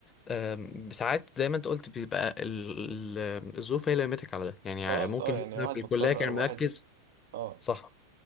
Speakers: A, on the left; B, on the right.
A: آم، ساعات زي ما أنت قلت بيبقى ال... ال- الظروف هي اللي لمتك على ده يعني
B: خلاص
A: ممكن
B: اه
A: هو
B: يعني واحد
A: في
B: مضطر
A: الكلية كان
B: او واحد
A: مركز
B: اه
A: صح